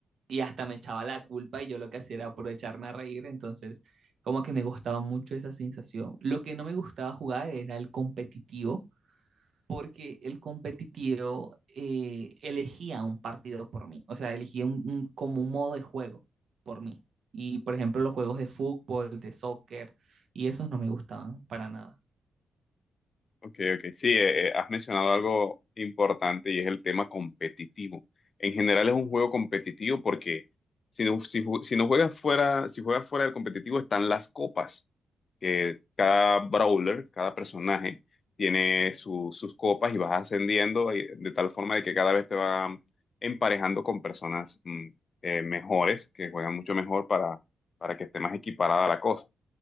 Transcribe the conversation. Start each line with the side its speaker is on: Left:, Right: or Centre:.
Right: y hasta me echaba la culpa y yo lo que hacía era aprovecharme a reír, entonces como que me gustaba mucho esa sensación. Lo que no me gustaba jugar era el competitivo, porque el competitivo eh, elegía un partido por mí, o sea, elegía un, un- como un modo de juego por mí. Y por ejemplo, los juegos de fútbol, de soccer, y esos no me gustaban para nada
Left: Ok, ok. Sí, eh, eh, has mencionado algo importante y es el tema competitivo. En general es un juego competitivo porque si no, si, ju- si no juegas fuera, si juegas fuera del competitivo están las copas, que cada brawler, cada personaje tiene su- sus copas y vas ascendiendo y de tal forma de que cada vez te van emparejando con personas mm, eh, mejores, que juegan mucho mejor para, para que esté más equiparada la cosa.